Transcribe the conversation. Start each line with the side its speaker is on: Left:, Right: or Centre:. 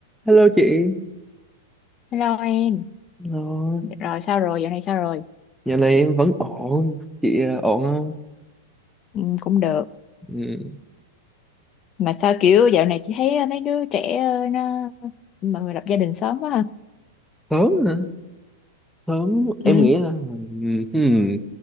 Centre: Hello chị,
Left: Hello em,
Centre: Hello.
Left: rồi sao rồi, dạo này sao rồi?
Centre: Dạo này em vẫn ổn, chị ờ, ổn không?
Left: Ừ, cũng được.
Centre: Ừ.
Left: Mà sao kiểu dạo này chị thấy ờ, mấy đứa trẻ ờ, nó mọi người lập gia đình sớm quá ha.
Centre: Sớm hả? Sớm, em
Left: Ừ.
Centre: nghĩ là ừm, hmm,